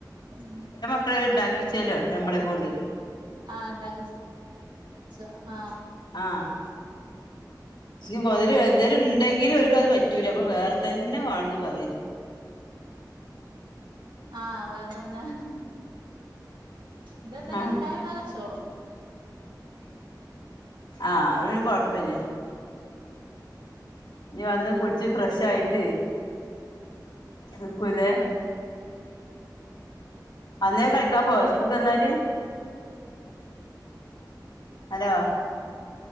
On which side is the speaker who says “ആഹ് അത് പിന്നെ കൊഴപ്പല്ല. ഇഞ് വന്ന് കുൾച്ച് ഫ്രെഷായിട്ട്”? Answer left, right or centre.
Left